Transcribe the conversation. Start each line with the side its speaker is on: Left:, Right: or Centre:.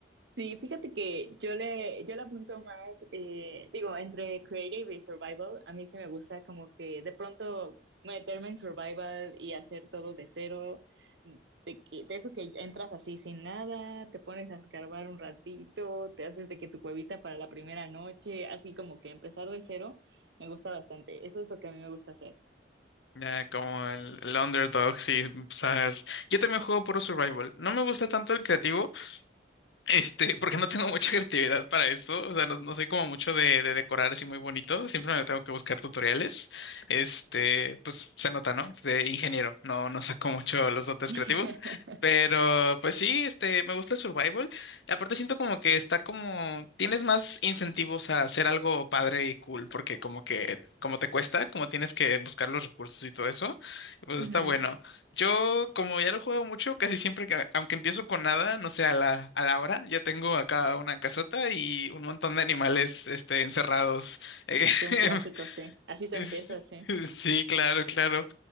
Right: Sí, fíjate que yo le, yo le apunto más, eh, digo, entre creative y survival, a mí sí me gusta como que de pronto meterme en survival y hacer todo de cero, de, que, de eso que entras así sin nada, te pones a escarbar un ratito, te haces de que tu cuevita para la primera noche, así como que empezar de cero, me gusta bastante. Eso es lo que a mí me gusta hacer.
Left: Ya, como el, el underdog, sí, usar. Yo también juego puro survival. No me gusta tanto el creativo, Este, porque no tengo mucha creatividad para eso, o sea, no, no soy como mucho de, de decorar así muy bonito, siempre me tengo que buscar tutoriales, este, pues se nota, ¿no? De ingeniero, no, no saco mucho los dotes
Right: <laughs>
Left: creativos, pero pues sí, este, me gusta el survival, y aparte siento como que está como, tienes más incentivos a hacer algo padre y cool, porque como que, como te cuesta, como tienes que buscar los recursos y todo eso, pues
Right: Ujú,
Left: está bueno. Yo, como ya lo juego mucho, casi siempre que, aunque empiezo con nada, no sé, a la, a la hora, ya tengo acá una casota y un montón de animales, este, encerrados. <laughs>
Right: Así un clásico, sí. Así se
Left: Es-
Right: empieza, sí.
Left: Sí, claro, claro.